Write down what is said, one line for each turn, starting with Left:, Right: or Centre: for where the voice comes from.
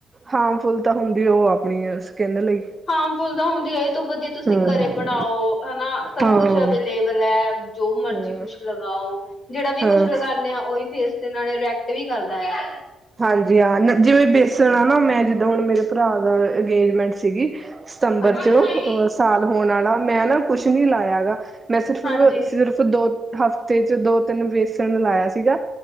Right: ਹਾਰਮਫੁੱਲ ਤਾਂ ਹੁੰਦੀ ਆ ਉਹ ਆਪਣੀ ਸਕਿੰਨ ਲਈ
Left: ਹਾਂਮ ਫੁਲ ਤਾ ਹੁੰਦੀ ਏ, ਇਹਤੋ ਵਧੀਆ ਤੁਸੀਂ
Right: ਹਮ
Left: ਘਰੇ ਬਣਾਓ ਹਨਾ, ਸਭ
Right: ਹਾਂ
Left: ਕੁਛ ਅਵੇਲੇਬਲ ਹੈ। ਜੋ ਮਰਜੀ
Right: ਹਮ
Left: ਕੁਛ ਲਗਾਓ, ਜੇੜਾ ਵੀ
Right: ਹਾਂ
Left: ਕੁੱਛ ਲਗਾਨੇ ਆ, ਉਹੀ ਫੇਸ ਤੇ ਨਾਲੇ ਰੇਕਟ ਏ ਵੀ ਕਰਦਾ ਆ।
Right: ਹਾਂਜੀ, ਹ ਜਿਵੇਂ ਬੇਸਣ ਆ ਨਾ, ਮੈਂ ਜਿੱਦੋ ਹੁਣ ਮੇਰੇ ਭਰਾ ਦਾ ਅੰਗੇਜਮੈਂਟ ਸੀਗੀ। ਸਤੰਬਰ
Left: ਹਾਂਜੀ
Right: ਚ, ਅ
Left: ਹਾਂਜੀ
Right: ਸਾਲ ਹੋਣ ਵਾਲਾ, ਮੈਂ ਨਾ ਕੁਛ ਨੀ ਲਾਇਆ ਹੈਗਾ, ਮੈਂ ਸਿਰਫ-
Left: ਹਾਂਜੀ
Right: ਸਿਰਫ ਦੋ-ਹਫ਼ਤੇ ਚ ਦੋ -ਤਿੰਨ ਬੇਸਣ ਲਾਇਆ ਸੀਗਾ,